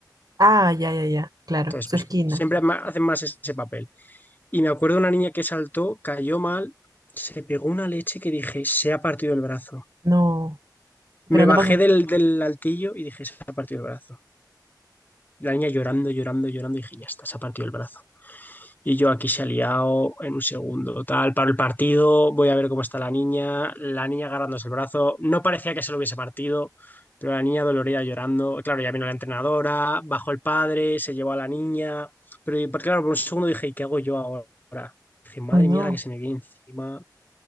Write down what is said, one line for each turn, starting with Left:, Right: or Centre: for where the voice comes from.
Right: Ah, ya, ya, ya, claro,
Left: entonces
Right: su
Left: pues
Right: esquina.
Left: siempre ma- hacen más ese papel. Y me acuerdo de una niña que saltó, cayó mal, se pegó una leche que dije, se ha partido el brazo.
Right: No,
Left: Me
Right: pero
Left: bajé
Right: no pasó.
Left: del, del altillo y dije, se ha partido el brazo. La niña llorando, llorando, llorando, y dije, ya está, se ha partido el brazo. Y yo aquí se ha liado en un segundo. Tal, paro el partido, voy a ver cómo está la niña. La niña agarrándose el brazo. No parecía que se lo hubiese partido, pero la niña dolorida llorando. Claro, ya vino la entrenadora, bajó el padre, se llevó a la niña. Pero y- por- claro, por un segundo dije, ¿y qué hago yo ahora? Dije, madre
Right: Uy, no.
Left: mía, la que se me viene encima.